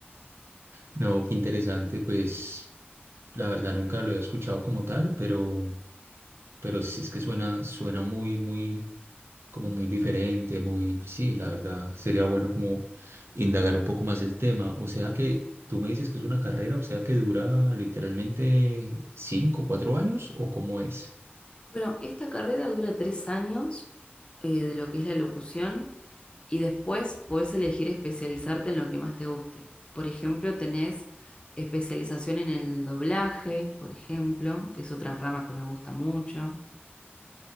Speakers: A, on the right; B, on the left.
A: no, qué interesante, pues la verdad nunca lo he escuchado como tal, pero, pero sí es que suena, suena muy, muy, como muy diferente, muy, sí, la verdad, sería bueno como indagar un poco más el tema. O sea que tú me dices que es una carrera, o sea que dura literalmente cinco, cuatro años, ¿o cómo es?
B: Bueno, esta carrera dura tres años eh, de lo que es la locución y después podés elegir especializarte en lo que más te guste. Por ejemplo, tenés especialización en el doblaje, por ejemplo, que es otra rama que me gusta mucho.